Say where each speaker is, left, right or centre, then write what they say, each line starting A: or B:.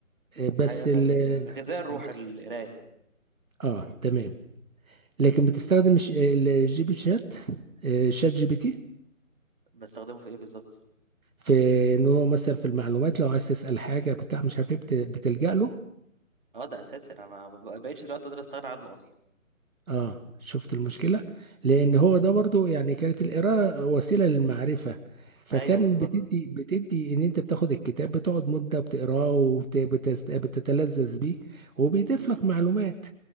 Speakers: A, on the right; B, on the right.
A: آه، بس
B: دي حقيقه فعلا
A: ال
B: هي غذاء الروح
A: بس
B: القرايه
A: آه تمام
B: امم
A: لكن بتستخدم الش- ال- الجي بي شات آه، شات جي بي تي
B: بستخدمه في ايه بالظبط
A: في ان هو مثلا في المعلومات لو عايز تسال حاجه بتاع مش عارف ايه بت- بتلجا له
B: اه ده اساسي انا ما ما بقتش دلوقتي اقدر استغنى عنه اصلا
A: اه شفت المشكلة لان هو ده برضو يعني كانت القراءة وسيلة للمعرفة فكان
B: ايوه بالظبط
A: بتدي بتدي ان انت بتاخد الكتاب بتقعد مدة بتقراه وبتتلذذ بيه وبيضيف
B: امم
A: لك معلومات